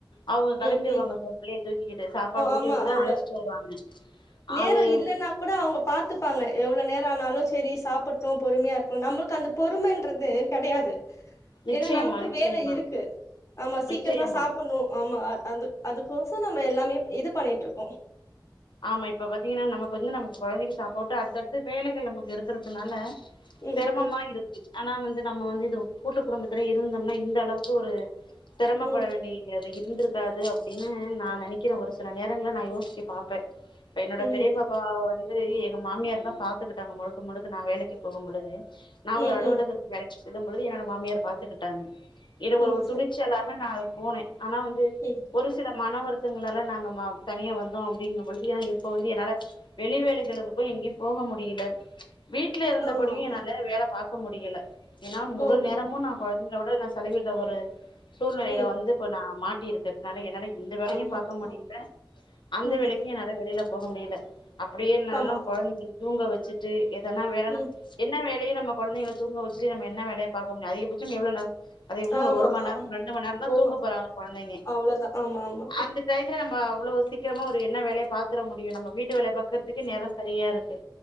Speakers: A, on the left; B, on the left.
A: அவங்க கெளம்பிடுவாங்க
B: ம் ம்
A: சோப்பிள்ளய தூக்கிக்கிட்டு சாப்பாடு ஊட்டி
B: ஆமா
A: விட்டு
B: அவங்க
A: தா அழைச்சிட்டு வருவாங்க
B: நேரோ
A: அது
B: இல்லைன்னா கூட அவங்க பாத்து ப்பாங்க எவ்வளோ நேர ஆனாலு சரி சாப்புட்டு பொறுமையா இருக்கும் நம்ளுக்கு அந்த பொறுமைன்றது கெடையாது
A: நிச்சயமா
B: இல்ல நமக்கு
A: நிச்சயமா
B: வேல இருக்கு நம்ம சீக்கிரமா
A: நிச்சயமா
B: சாப்புட்னு ஆமா அது அந்து அதுக்கோச நம்ம எல்லாமே இது பண்ணிட்டு இருக்கோ
A: ஆமா இப்ப பாத்தீங்கன்னா நமக்கு வந்து நமக்கு கொழந்தைக்கு சாப்பாட்டு அடுத்தடுத்து வேலைகள் நமக்கு இருக்குறதுனால
B: ம்
A: செரமமா இருக்கு ஆனா வந்து நம்ம வந்து இது கூட்டு குடும்பத்துல இருந்தோம்னா இந்த அளவுக்கு ஒரு செரமப்பட
B: ம்
A: வேண்டியது இருந்திருக் க்காது அப்டின்னு நா நெனைக்கிற ஒரு சில நேரங்கள்ள நா யோசிச்சு பாப்பே இப்ப என்னோட
B: ம் ம்
A: பெரிய பாப்பா வந் து எங்க மாமியார் தா பாத்துக்கிட்டாங்க முழுக்க முழுக்க நா வேலைக்கு போகும் பொழுது நா
B: ம்
A: ஒரு அலுவலக
B: ம்
A: வேலைக்கு செல்லும்பொழுது என்னோட மாமியார் பாத்துக்கிட்டாங்க இது
B: ம்
A: ஒரு ஒரு துணிச்சலாக நா போனே ஆனா வந்து
B: சரி
A: ஒரு சில மன வருத்தங்களால நாங்க வ தனியா வந்தோ அப்டிங்க பொழுது இப்ப வந்து என்னால வெளி வேலைகளுக்கு எங்கே போக முடியல வீட்ல இருந்தபடியு
B: ஆமா ஆமா
A: என்னால வேல பாக்க முடியல ஏன்னா முழு
B: ஓ
A: நேரமு
B: ம்
A: நா கொழந் தையோட நா செலவிற ஒரு சூழ்நிலையில
B: ம்
A: வந்து இப்ப நா மாட்டி இருக்கிறதுனால என்னால எ எந்த வேலையு
B: ஆமா
A: பாக்க
B: ஆமா
A: முடியல அந்த
B: ம்
A: வேலைக் நெறைய வெளியில போக முடியல அப்டியே நாளு
B: ஆமா
A: கொழந்தைங்கள தூங்க வச்சு ட்டு எதனா வேலன்ன
B: ம்
A: என்ன வேல வீட்லயே நம்ம கொழந்தைங்கள தூங்க வச்சிட்டு நம்ம என்ன வேலைய பாக்க முடியு அதிகட்ச எவ்ளவு நேரோ அதிகபட்சோ
B: ஆமா
A: ஒரு ஒரு மண்
B: ஆமா
A: நேரோ ரெண்டு மண் நேரோ தா
B: ஒருமா
A: தூங்க போறாங்க கொழந்தைங்க
B: அவ்ளோதா ஆமா ஆமா
A: அந்த டைம்ல நம்ம அவ்வளவு சீக்கிரமா ஒரு என்ன வேலைய பாத்துர முடியு நம்ம வீட்டு வேலைய பாக்கறதுக்கே நேரோ சரியா இருக்கு